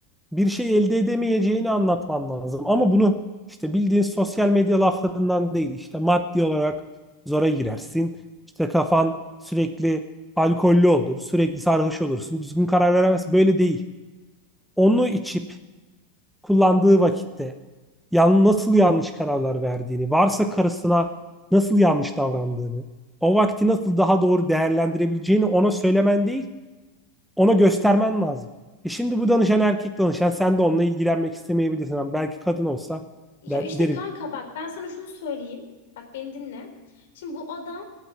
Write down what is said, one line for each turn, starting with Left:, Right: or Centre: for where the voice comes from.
Centre: bir şey elde edemeyeceğini anlatman lazım. Ama bunu işte bildiğin sosyal medya laflarından değil. İşte maddi olarak zora girersin. İşte kafan sürekli alkollü olur. Sürekli sarhoş olursun. Düzgün karar veremez. Böyle değil. Onu içip kullandığı vakitte yan, nasıl yanlış kararlar verdiğini, varsa karısına nasıl yanlış davrandığını, o vakti nasıl daha doğru değerlendirebileceğini ona söylemen değil, ona göstermen lazım. E şimdi bu danışan erkek danışan sen de onunla ilgilenmek istemeyebilirsin. Ama belki kadın olsa
Left: Ya
Centre: der-
Left: işte
Centre: derim.
Left: kanka bak ben sana şunu söyleyeyim. Bak beni dinle. Şimdi bu adam